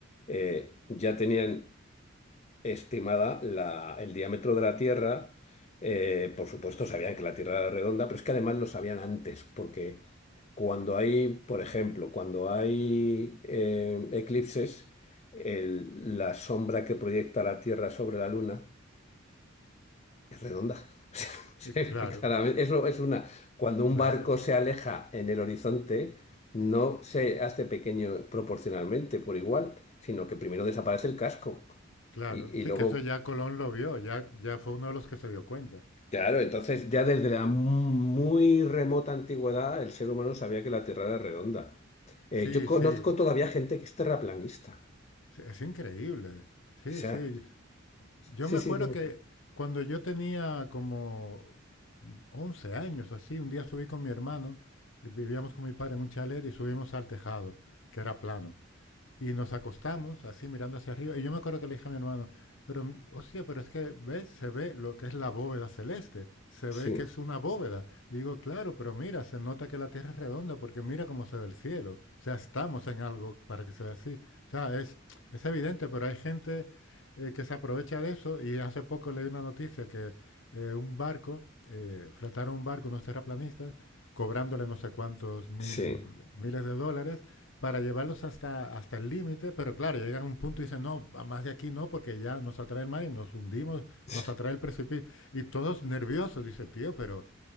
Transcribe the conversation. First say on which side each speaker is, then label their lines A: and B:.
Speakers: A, on the left; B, on the left.
A: eh, ya tenían estimada la- el diámetro de la Tierra. eh, por supuesto, sabían que la Tierra era redonda, pero es que además lo sabían antes, porque Cuando hay, por ejemplo, cuando hay eh, eclipses, el- la sombra que proyecta la Tierra sobre la Luna es redonda. <laughs> O sea,
B: Eh, Claro,
A: Se ve claramente. Eso es una. Cuando un
B: claro.
A: barco se aleja en el horizonte, no se hace pequeño proporcionalmente por igual, sino que primero desaparece el casco
B: Claro,
A: y,
B: sí,
A: y luego.
B: que eso ya Colón lo vio, ya, ya fue uno de los que se dio cuenta.
A: Claro, entonces ya desde la muy remota antigüedad el ser humano sabía que la Tierra era redonda. Eh,
B: Sí,
A: yo conozco
B: sí,
A: todavía gente que es terraplanista.
B: sí, es increíble. Sí,
A: sea,
B: sí. Yo
A: sí,
B: me
A: sí,
B: acuerdo
A: dime.
B: que cuando yo tenía como 11 años o así, un día subí con mi hermano, y vivíamos con mi padre en un chalet y subimos al tejado, que era plano. Y nos acostamos así mirando hacia arriba. Y yo me acuerdo que le dije a mi hermano, pero, hostia, pero es que, ¿ves? Se ve lo que es la bóveda celeste. Se
A: sí,
B: ve que es una bóveda. Y digo, claro, pero mira, se nota que la Tierra es redonda porque mira cómo se ve el cielo. O sea, estamos en algo para que sea así. O sea, es, es evidente, pero hay gente eh, que se aprovecha de eso. Y hace poco leí una noticia que eh, un barco, eh, fletaron un barco, unos terraplanistas, cobrándole no sé cuántos mil,
A: sí.
B: miles de dólares para llevarlos hasta, hasta el límite, pero claro, llegan a un punto y dicen, no, más de aquí no, porque ya nos atrae el mar y nos hundimos,
A: <laughs>
B: nos atrae el precipicio. Y todos nerviosos, dice, tío, pero